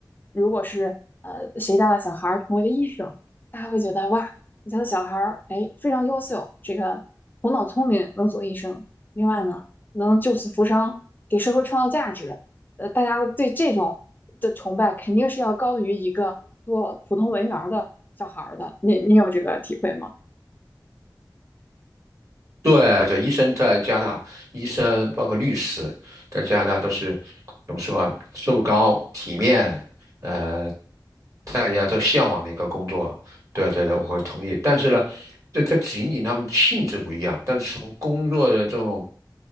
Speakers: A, on the left (about 25°); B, on the right (about 45°).
A: 如果是呃谁家的小孩儿成为了医生，大家会觉得哇，你家的小孩儿哎非常优秀，这个头脑聪明，能做医生。另外呢，能救死扶伤，给社会创造价值。呃，大家对这种的崇拜肯定是要高于一个做普通文员儿的小孩儿的。你你有这个体会吗？
B: 对对，医生在加拿大，医生包括律师，在加拿大都是怎么说啊？收入高、体面，呃，大家都向往的一个工作。对对对，我会同意。但是呢，这这仅仅他们性质不一样，但是从工作的这种